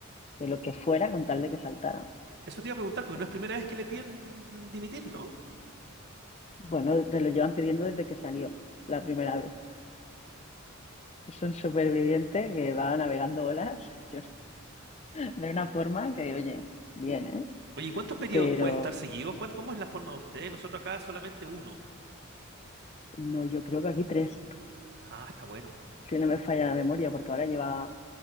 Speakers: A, on the left; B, on the right.
A: de lo que fuera con tal de que saltara.
B: Eso te iba a preguntar, porque
A: Eh,
B: no es primera vez que le piden dimitir, ¿no?
A: Bueno, te lo llevan pidiendo desde que salió la primera vez. Es un superviviente que va navegando olas <laughs> yo- de una forma que, oye, bien, ¿eh?
B: Oye, ¿y ¿cuántos periodos
A: Pero
B: puede estar seguidos? ¿Cuánto- cómo es la forma de ustedes? Nosotros acá solamente uno.
A: no, yo creo que aquí tres,
B: Ah, está bueno.
A: si no me falla la memoria, porque ahora lleva